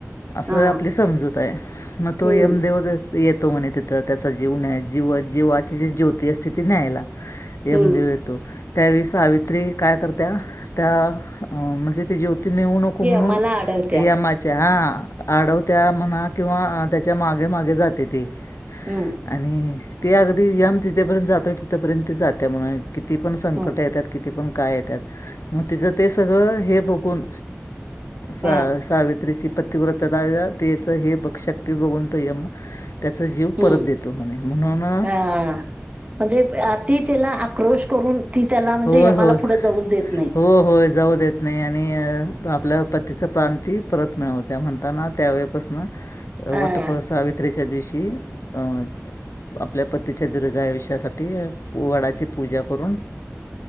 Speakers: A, on the left; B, on the right.
A: असं
B: हा
A: आपली समजूत आहे. मग तो
B: हम्म
A: यमदेव येतो म्हणे तिथं त्याचा जीवन आहे जीव जीवाचे जे जीव- त स्थिती आहे ते न्यायला यम
B: हम्म
A: देव येतो. त्यावेळीस सावित्री काय करत्या? त्या म्हणजे ति जी होती- त नेऊ नको
B: ये
A: म्हणून
B: मला अडवत्या
A: ते यमाच्या हा. आडवत्या म्हणा किंवा त्याच्या मागेमागे जाते ती.
B: हम्म
A: आणि- ते अगदी यम तिथेपर्यंत जातोय तिथेपर्यंत ते जात्या मंग किती पण संकट
B: हम्म
A: येतात, किती पण- काय ये त्यात मग त <unintelligible> सगळं हे बघून सा
B: हा
A: सावित्रीची- पतिवृत्तता तेच हे प शक्ती बघून तो यम - त्याचा जीव
B: हम्म
A: परत देतो म्हणे म्हणून-
B: हा म्हणजे ती त्याला आक्रोश करून, ती त्याला म्हणजे
A: होय,
B: यमाला
A: होय.
B: पुढे जाऊच देत नाही.
A: हो, होय जाऊ देत नाही आणि आपल्या पतीच प्राण ती परत मिळवत्या म्हणताना त्यावेळेपासून-
B: अ
A: वटसावित्रीच्या दिवशी अ आपल्या पतीच्या- दिर्घआयुष्यासाठी वडाची पूजा करून-